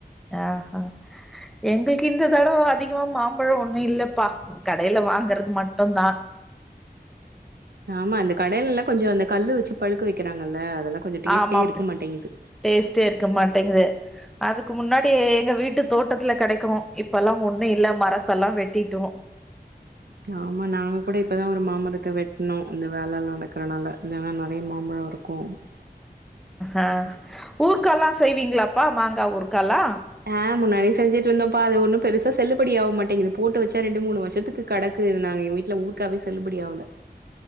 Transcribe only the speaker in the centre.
ஆ ஹ எங்ளுக்கு இந்த தடவ அதிகமா மாம்பழோ ஒண்ணு இல்லப்பா கடைல வாங்கறது மட்டுந்தா
ஆமாம்ப்
டேஸ்டே இருக்க மாட்டேங்குது அதுக் முன்னாடி எங்க வீட்டு தோட்டத்துல கெடைக்கு இப்பல்லா ஒண்ணு இல்ல மரத்தெல்லா வெட்டிட்டோ
ஆ ஊர்க்கால்லா செய்வீங்களாப்பா மாங்காய் ஊர்க்கால்லா